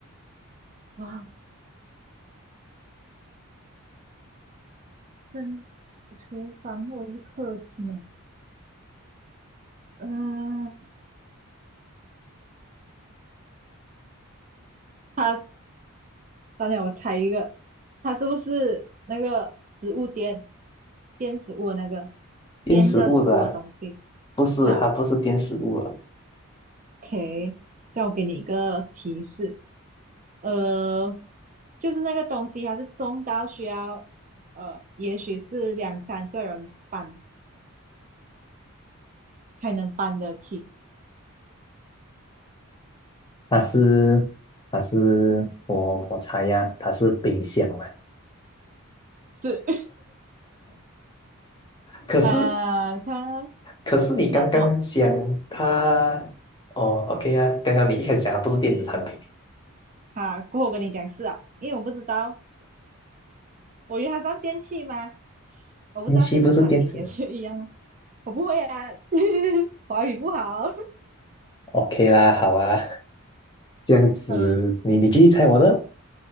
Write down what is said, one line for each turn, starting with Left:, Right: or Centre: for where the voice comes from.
Right: 哇，跟厨房或者是客厅啊？嗯、它，当然我猜一个，它是不是那个食物垫，垫食物的那个，
Left: 电食物的啊
Right: 垫着食物的东西？
Left: 不是，
Right: 哈。
Left: 它不是电食物了，
Right: OK，叫我给你一个提示，呃，就是那个东西它是重到需要，呃，也许是两三个人搬才能搬得起。
Left: 它是它是我我猜呀，它是冰箱啊。
Right: 是，
Left: 可是
Right: 啊，你看哦
Left: 可是你刚刚讲它，
Right: 啊，这么
Left: 哦，OK 啊，刚刚你一开始讲它不是电子产品，
Right: 啊，过后我跟你讲是啊，因为我不知道，我以为它算电器吗？我不知道电子产品也是一样，
Left: 电器不是电子
Right: 我不会啊，<laughs> 华语不好，
Left: ？OK 啦，好啊，这样子你你继续猜我的。
Right: <laughs> 呃，